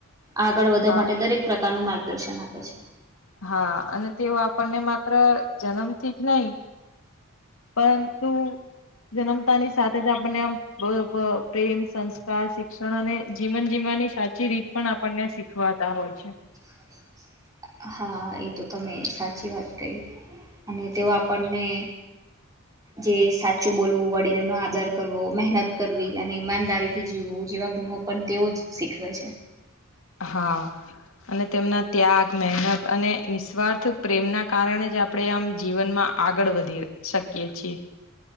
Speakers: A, on the right; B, on the left.
A: આગળ વધવા
B: હા.
A: માટે દરેક પ્રકારનું માર્ગદર્શન આપે છે.
B: હા અને તેઓ આપણને માત્ર જન્મથી જ નહી પરંતુ જન્મતાની સાથે જ આપને આમ બ પ્રેમ સંસ્કાર શિક્ષણ અને જીવન જીવવાની સાચી રીત પણ આપણને શીખવ વાતા હોય છે.
A: <inaudible> હા એ તો તમે સાચી વાત કહી અને તેઓ આપણને જે સાચું બોલવું વડીલોનો આદર કરવો મહેનત કરવી અને ઈમાનદારી થી જીવું જેવા પણ તેઓ જ શીખવે છે.
B: હા અને તેમના ત્યાગ મહેનત અને નિસ્વાર્થ પ્રેમના કારણે જ આપણે આમ જીવનમાં આગળ વધી શકીયએ છીએ.